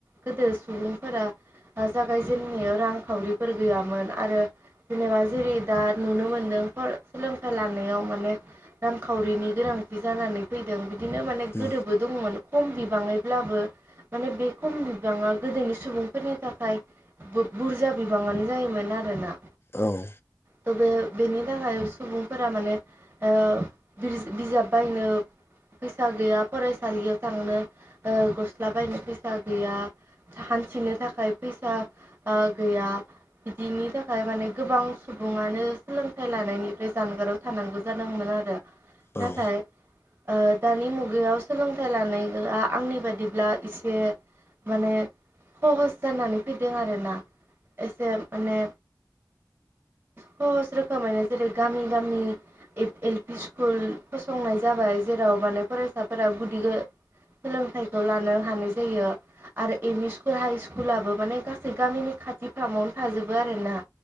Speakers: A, on the right (about 25°); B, on the left (about 30°).
A: गोदो सुबुंफोरा जागायजेनायाव रांखावरिफोर गैयामोन आरो जेनेबा जेरै दा नुनो मोनदों सोलोंथाइ लानायाव माने रांखावरिनि गोनांथि जानानै फैदों। बिदिनो माने
B: उम
A: गोदोबो दंमोन खम बिबाङैब्लाबो माने बे खम बिबाङा गोदोनि सुबुंफोरनि थाखाय बुरजा बिबाङानो जायोमोन आरोना
B: औ
A: थ' बे बेनि थाखाय सुबुंफोरा माने ओ बिजाब बायनो फैसा गैया फरायसालियाव थांनो गस्ला बायनो फैसा गैया <unintelligible> थिनो थाखाय फैसा ओ गैया बिदिनि थाखाय माने गोबां सुबुं सुबुङानो सोलोंथाइ लानायनिफ्राय जानगाराव थानांगौ जादोंमोन आरो
B: औ
A: नाथाय ओ दानि मुग गायाव सोलोंथाइ लानाया आंनि बादिब्ला एसे माने सहस जानानै फैदों आरोना एसे माने सहज रोखोमैनो जेरै गामि गामि एप एल पि स्कुल फसंनाय जाबाय जेराव माने फरायसाफोरा गुदि ओ सोलोंथाइखौ लानो हानाय जायो। आरो एम इ स्कुल हाइ स्कुलाबो माने गासै गामिनि खाथि फ्रामावनो थाजोबो आरो ना।